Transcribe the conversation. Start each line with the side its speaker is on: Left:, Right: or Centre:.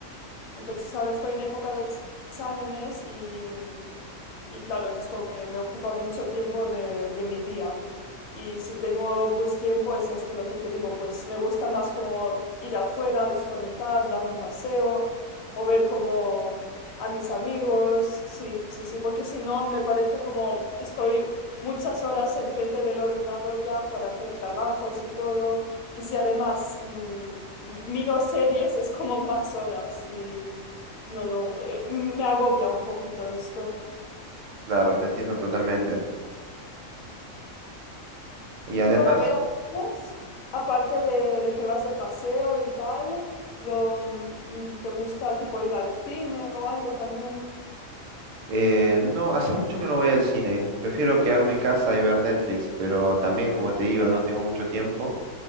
Left: entonces ahora estoy en época de ex- exámenes y, y claro, esto me, me ocupa mucho tiempo de, de mi día. Y si tengo pues tiempo, es esto lo que te digo, pues me gusta más como ir afuera, desconectar, dar un paseo o ver como a mis amigos, sí, sí, sí, porque si no me parece como estoy muchas horas enfrente del ordenador ya para hacer trabajos y todo. Y si además mm, miro series, es como más horas. Y no, no, eh, me agobia un poquito esto.
Right: Claro, te entiendo totalmente. Y
Left: ¿Y
Right: además,
Left: tú para ver amigos, aparte de, de que vas de paseo y tal, lo, mm, te gusta tipo ir al cine o algo también?
Right: eh, no, hace mucho que no voy al cine. Prefiero quedarme en casa y ver Netflix, pero también, como te digo, no tengo mucho tiempo.